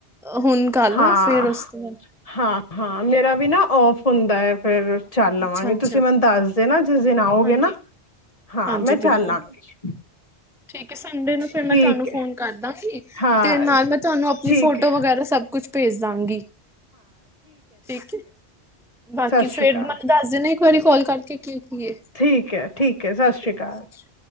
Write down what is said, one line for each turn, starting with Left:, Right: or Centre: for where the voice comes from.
Centre: ਹੁਣ ਗੱਲ
Left: ਹਾਂ
Centre: ਨਾ ਫੇਰ ਉਸ ਤੋਂ ਬਾਅਦ
Left: ਹਾਂ ਹਾਂ ਮੇਰਾ ਵੀ ਨਾ ਔਫ ਹੁੰਦਾ ਹੈ ਫੇਰ ਚੱਲ ਲਵਾਂਗੇ
Centre: ਅੱਛਾ ਅੱਛਾ
Left: ਤੁਸੀਂ ਮੈਨੂੰ ਦੱਸਦੇ ਨਾ ਜਿਸ ਦਿਨ ਆਓਗੇ
Centre: ਹਾਂਜੀ,
Left: ਨਾ ਹਾਂ
Centre: ਹਾਂਜੀ
Left: ਮੈਂ ਚੱਲ
Centre: ਬਿਲਕੁਲ
Left: ਆਂਗੀ
Centre: ਠੀਕ ਸੰਡੇ ਨੂੰ
Left: ਠੀਕ
Centre: ਫੇਰ ਮੈਂ ਤੁਹਾਨੂੰ
Left: ਹੈ
Centre: ਫੋਨ ਕਰਦਾਂ
Left: ਹਾਂ
Centre: ਤੇ ਨਾਲ ਮੈਂ ਤੁਹਾਨੂੰ ਆਪਣੀ
Left: ਠੀਕ
Centre: ਫੋਟੋ
Left: ਹੈ
Centre: ਵਗੈਰਾ ਸਭ ਕੁਛ ਭੇਜ ਦਾਂਗੀ ਠੀਕ ਹੈ ਬਾਕੀ
Left: ਸਤਿ
Centre: ਫੇਰ
Left: ਸ਼੍ਰੀ ਅਕਾਲ
Centre: ਮਤਨੂੰ ਦੱਸ ਦੇਣੇ ਇਕ ਵਾਰੀ ਕਾਲ ਕਰਕੇ ਕੀ ਕੀ ਹੈ
Left: ਠੀਕ ਐ ਠੀਕ ਐ ਸਤਿ ਸ੍ਰੀ
Centre: ਹੈ ਜੀ
Left: ਅਕਾਲ।
Centre: ਸਤਿ ਸ਼੍ਰੀ